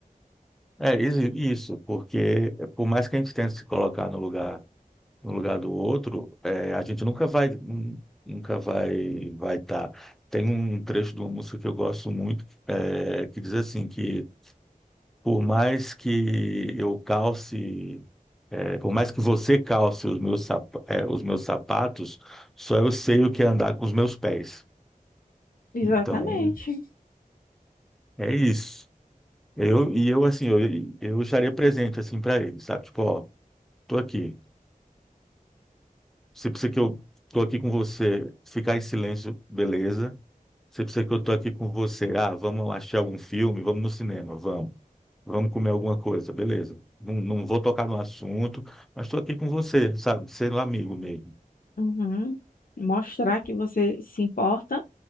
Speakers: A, in the centre; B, on the left (about 75°).
A: É isso, isso, porque por mais que a gente tente se colocar no lugar, no lugar do outro, é, a gente nunca vai, nun- nunca vai, vai estar. Tem um trecho de uma música que eu gosto muito, é, que diz assim que Por mais que eu calce, é, por mais que você calce os meus, sap- é, os meus sapatos, só eu sei o que é andar com os meus pés.
B: Exatamente.
A: Então, é isso. Eu, e eu, assim, eu, eu estaria presente, assim, para ele, sabe? Tipo, ó, tô aqui. Você precisa que eu tô aqui com você, ficar em silêncio, beleza. Você precisa que eu tô aqui com você. Ah, vamos assistir algum filme, vamos no cinema, vamos. Vamos comer alguma coisa, beleza. Não, não vou tocar no assunto, mas estou aqui com você, sabe? Sendo amigo mesmo.
B: Uhum. Mostrar que você se importa